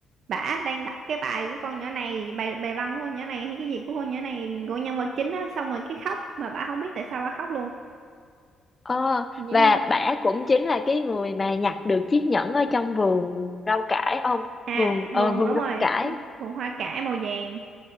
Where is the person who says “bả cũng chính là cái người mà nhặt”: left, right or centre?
Left